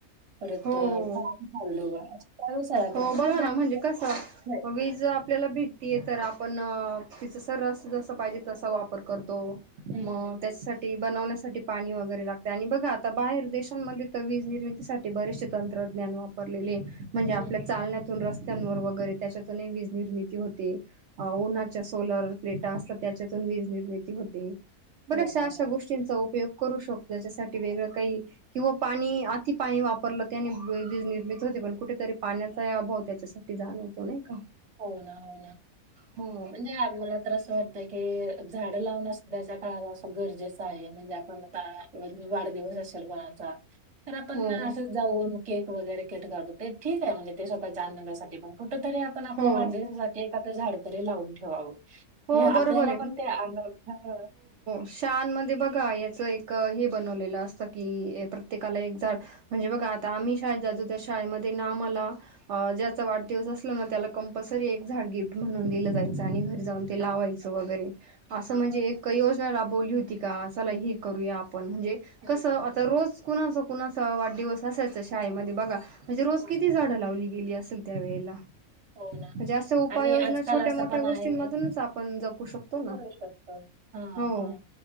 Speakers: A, on the right; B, on the right.
A: <unintelligible>
B: हो. हो बघा ना म्हणजे कसं वीज आपल्याला भेट.... ती तर आपण तिचं सरस जस पाहिजे तसा वापर करतो.
A: हं,
B: म
A: हं,
B: त्याच्यासाठी ते बनवण्यासाठी पाणी वगैरे लागते, आणि बघा आता बाहेर देशांमध्ये तर वीज निर्मितीसाठी ते बरेचसे तंत्रज्ञान वापरलेले म्हणजे आपल्या
A: हं.
B: चालण्यात तून रस्त्यांवर वगैरे त्याच्यातून वीज निर्मिती होते, उनाच्या सोलर प्लेट टा असतात त्याच्यातून वीज निर्मिती होते, बऱ्यांचश्या
A: हो ना,
B: अशा
A: हो ना,
B: गोष्टी चिंच उपयोग करू शकतो त्यासाठी वेगळ काही किंवा पाणी अति पाणी वा वापरलं त्यांनी वीज निर्मित होते पण कुठेतरी पाण्याचाही अभाव त्याच्यासाठी जाणवतो नाही का?
A: हो ना हो ना
B: हो
A: म्हणजे आपल्याला तर असं वाटत त्या क झाड लावणं सुद्धा अशा काळाला असं गरजेचं आहे म्हणजे आपण आता किंवा वाढदिवस असेल कोणाचा तर आपण
B: हो
A: असं जाऊन केक वगैरे केट करतो ते ठीक आहे म्हणजे ते स्वतःच्या जा आनंदा साठी पण कुठ तरी आपण आपल्या
B: हो
A: वाढदिवसासाठी एका झाड तरी लावून ठेवावं
B: हो
A: हे आपल्याला
B: बरोबर
A: पण ते <unintelligible>
B: शान मध्ये बघा याचं एक हे बनवलेलं असतं की प्रत्येकाला एक झाड म्हणजे बघा आता आम्ही शाळेत जातो त्या शाळेमध्ये ना मला ज्याचा वाढदीवस असला ना त्याला कंपल्सरी एक झाड गिफ्ट म्हणून दिलं जाई. च आणि घरी जाऊन ते
A: हा
B: लावायचं वगैरे, असं
A: हम्म,
B: म्हणजे एक जरा बोलली होती का? चला हे करूया, आपण म्हणजे
A: हम्म,
B: कस आता रोज कुणा सोबत कुणाचा वाढदिवस असायचा शाळेमध्ये बघा, म्हणजे रोज
A: हम्म.
B: किती झाडं लावली गेली असेल. त्या वेळेला,
A: हो ना
B: म्हणजे आस उपाययोजना
A: आणि आजकाल
B: छोट्या
A: असं
B: मोठ्या
A: पण
B: गोष्टींमधूनच
A: आहे
B: आपण जपू शकतो ना
A: करू शकतो हा
B: हो.
A: हा.